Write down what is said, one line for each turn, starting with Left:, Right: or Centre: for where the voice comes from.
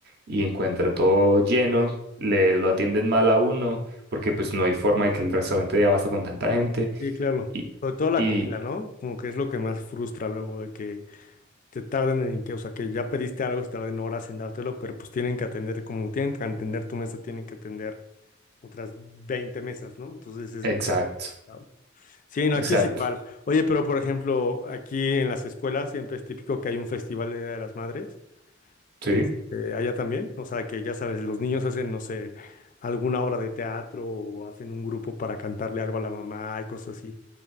Right: y encuentra todo lleno,
Left: sí,
Right: le lo atienden mal a uno, porque pues no hay forma de que el restaurante dé abasto con tanta gente.
Left: sí, claro.
Right: Y,
Left: Sobre todo la
Right: y,
Left: comida, ¿no? Como que es lo que más frustra luego de que te tarden en que, o sea, que ya pediste algo y tarden horas en dártelo, pero pues tienen que atender, como tienen que atender tu mesa, tienen que atender otras 20 mesas, ¿no? Entonces es...
Right: exacto,
Left: complicado. Sí, no,
Right: exacto,
Left: aquí es igual. Oye, pero por ejemplo, aquí en las escuelas siempre es típico que hay un festival de Día de las Madres.
Right: sí.
Left: Este, allá también, o sea que ya sabes, los niños hacen, no sé, alguna obra de teatro o hacen un grupo para cantarle algo a la mamá y cosas así.